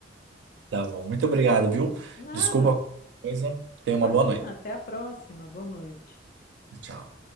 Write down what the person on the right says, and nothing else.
Tá bom. Muito obrigado, viu?
Desculpa qualquer coisa. Tenha uma
boa noite.
Tchau.